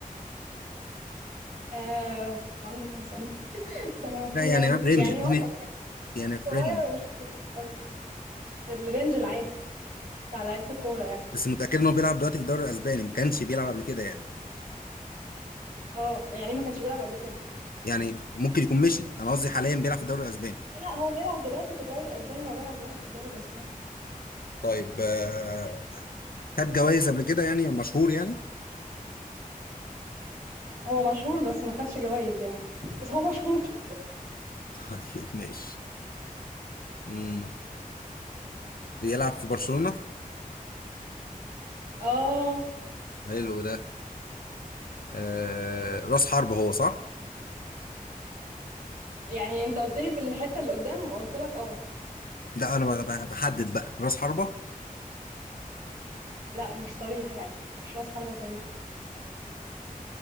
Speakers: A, on the right; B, on the left.
A: آه عنده كام سنة؟ <laughs> استنى ما افتكره
B: لا يعني
A: عنده
B: رينج
A: كام يعني
B: اديني
A: وسط يعني
B: يعني فريندلي
A: صغير ومش كبير قوي يعني في الرينج العادي بتاع لعيبة الكورة يعني
B: بس متأكد ان هو بيلعب دلوقتي في الدوري الاسباني ما كانش بيلعب قبل كده يعني
A: اه يعني ما كانش بيلعب قبل كده
B: يعني ممكن يكون مشي انا قصدي حاليا بيلعب في الدوري الاسباني
A: لا هو بيلعب دلوقتي في الدوري الأسباني هو بيلعب دلوقتي في الدوري الأسباني
B: طيب آه، خد جوائز قبل كده يعني مشهور يعني
A: هو مشهور بس ما خدش جوائز يعني <laughs> بس هو مشهور <laughs>
B: <laughs> طيب ماشي مم. بيلعب في برشلونة
A: اه
B: حلو ده آه، راس حربة هو صح؟
A: يعني انت قلت لي في الحتة اللي قدام قلت لك اه
B: ده انا ب- ب- بحدد بقى راس حربة
A: لا مش صريح يعني مش راس حربة صريح